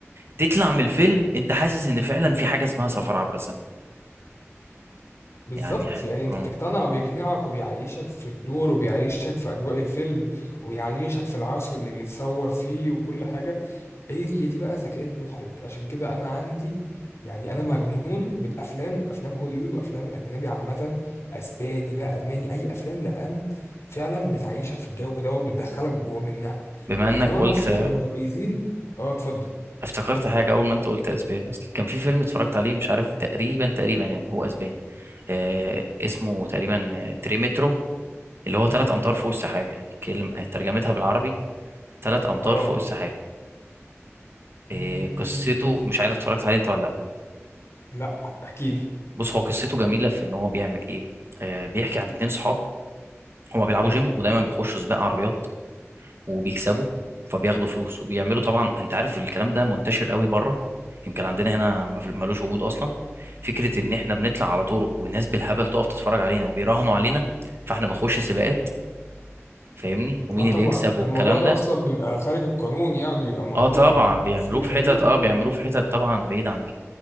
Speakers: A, on the right; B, on the left.
A: تطلع من الفيلم انت حاسس ان فعلا في حاجه اسمها سفر عبر الزمن
B: بالظبط
A: يعني
B: يعني انت
A: اه
B: بتقتنع وبيقنعك وبيعيشك في الدور وبيعيشك في اجواء الفيلم وبيعيشك في العصر اللي بيتصور فيه وكل حاجه هي دي بقى ذكاء المخرج عشان كده انا عندي يعني انا مجنون بالافلام افلام هوليوود وافلام الاجنبي عامه اسباني بقى الماني اي افلام لان فعلا بتعيشك في الجو دوت بتدخلك جوه منها
A: بما انك
B: انما
A: قلت
B: المصري احنا متميزين اه اتفضل
A: افتكرت حاجه اول ما انت قلت اسباني اصل كان في فيلم اتفرجت عليه مش عارف تقريبا تقريبا يعني هو اسباني آه اسمه تقريبا آه، تريمترو اللي هو ثلاث امتار فوق السحاب يعني كلمة ترجمتها بالعربي ثلاث امتار
B: اه
A: فوق السحاب
B: مم...
A: آه، قصته مش عارف اتفرجت عليه انت ولا
B: لا احكي لي
A: بص هو قصته جميله في ان هو بيعمل ايه آه بيحكي عن اتنين صحاب هما بيلعبوا
B: حلو
A: جيم ودايما بيخشوا سباق عربيات وبيكسبوا فبياخدوا فلوس وبيعملوا طبعا انت عارف الكلام ده منتشر قوي بره يمكن عندنا هنا ما في- ملوش وجود اصلا فكره ان احنا بنطلع على طرق والناس بالهبل تقف تتفرج علينا وبيراهنوا علينا فاحنا بنخش سباقات فاهمني ومين
B: اه طبعا
A: اللي يكسب والكلام
B: ده الموضوع ده
A: ده
B: اصلا بيبقى خارج القانون يعني بيبقى ممنوع
A: اه طبعا بيعملوه
B: شو ما بيعملوه
A: في حتت اه بيعملوه في حتت طبعا بعيد عن